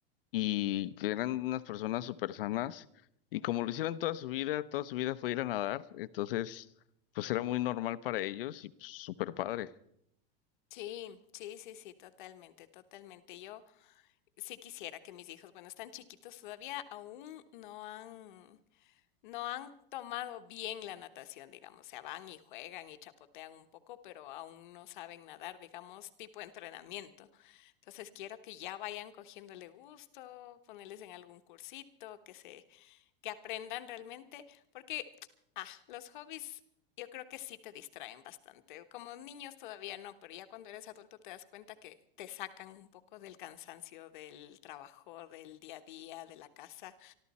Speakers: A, on the left; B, on the left.
A: y que eran unas personas súper sanas y como lo hicieron toda su vida, toda su vida fue ir a nadar, entonces pues era muy normal para ellos y pues, súper padre.
B: Sí, sí, sí, sí, totalmente, totalmente. Yo sí quisiera que mis hijos, bueno, están chiquitos todavía, aún no han, no han tomado bien la natación, digamos. O sea, van y juegan y chapotean un poco, pero aún no saben nadar, digamos, tipo entrenamiento. Entonces quiero que ya vayan cogiéndole gusto, ponerles en algún cursito, que se que aprendan realmente, porque ah, los hobbies yo creo que sí te distraen bastante. Como niños todavía no, pero ya cuando eres adulto te das cuenta que te sacan un poco del cansancio del trabajo, del día a día, de la casa